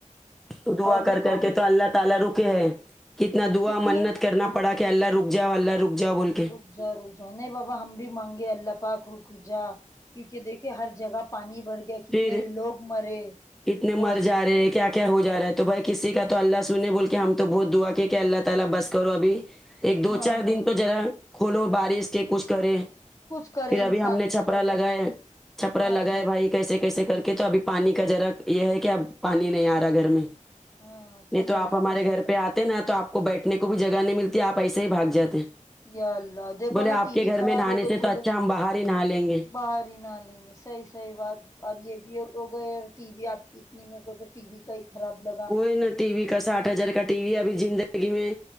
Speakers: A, in the centre; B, on the left.
A: تو دعا
B: اور دیکھو
A: کر کر
B: ابھی
A: کے تو اللہ تعالی رکے ہے کتنا دعا
B: کتنی
A: منت کرنا پڑا کہ اللہ رک جاؤ اللہ رک جاؤ بول کے
B: رک جا رک جا نہیں بابا ہم بھی مانگے اللہ پاک رک جا کیونکہ دیکھے ہر جگہ پانی بھر گیا کتنے
A: پھر
B: لوگ مرے
A: کتنے
B: اور
A: مر جا رہے ہیں کیا کیا ہو جا رہا ہے تو بھائی کسی کا تو اللہ سنے بول کے ہم تو بہت دعا کے کہ اللہ تعالی بس کرو ابھی ایک دو
B: ہاں
A: چار
B: ہاں
A: دن تو زرا کھولو بارش کے کچھ کرے
B: کچھ کرے
A: پھر
B: انسان
A: ابھی ہم نے چھپرا
B: برابر
A: لگایا
B: بابا
A: چھپرا
B: ہاں
A: لگائے
B: ہاں
A: بھائی کیسے کیسے کر کے تو ابھی پانی کا ذرا یہ ہے کہ اب پانی نہیں آ رہا ہے گھر میں
B: ہاں
A: نہیں
B: چلو
A: تو آپ
B: اللہ
A: ہمارے
B: کا شکر
A: گھر پہ آتے
B: ہے
A: نا تو آپ کو بیٹھنے کو بھی جگہ نہیں ملتی آپ ایسے ہی بھاگ جاتے ہیں
B: یا اللہ دیکھو
A: بولے
B: نا
A: آپ
B: ٹی
A: کے
B: وی
A: گھر
B: خراب
A: میں نہانے
B: ہو گئی
A: سے
B: بولے
A: تو اچھا ہم باہر ہی نہا لینگے
B: باہر ہی نہا لینگے صحیح صحیح بات اور یہ بھی ہو گئے اور ٹی وی آپ کتنی میرے کو تو ٹی وی کا ہی خراب لگا
A: کوئی نا ٹی وی کا ساٹھ ہزار کا ٹی وی ابھی زندگی میں